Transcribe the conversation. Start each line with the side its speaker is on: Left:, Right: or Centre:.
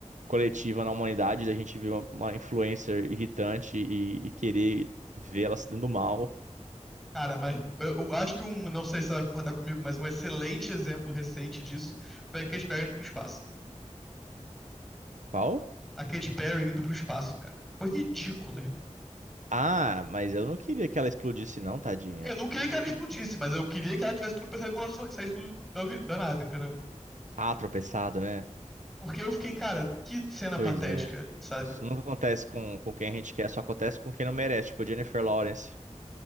Right: coletiva na humanidade da gente ver uma, uma influencer irritante e, e querer ver ela se dando mal.
Centre: Cara, mas eu, eu acho que um, não sei se você vai concordar comigo, mas um excelente exemplo recente disso foi aquele Expediente para o Espaço.
Right: Qual?
Centre: a Katy Perry indo pro espaço, cara. Foi ridículo, irmão.
Right: Ah, mas eu não queria que ela explodisse, não, tadinha.
Centre: Eu não queria que ela explodisse, mas eu queria que ela tivesse tropeçado quando ela saísse do- da, avi- da nave, entendeu?
Right: Ah, tropeçado, né?
Centre: Porque eu fiquei, cara, que cena
Right: Pois
Centre: patética,
Right: é.
Centre: sabe?
Right: Isso nunca acontece com, com quem a gente quer, só acontece com quem não merece, tipo Jennifer Lawrence.